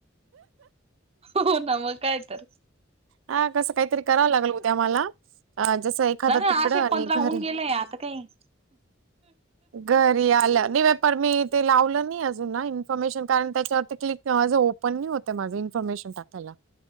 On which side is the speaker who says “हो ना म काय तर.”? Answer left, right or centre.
Right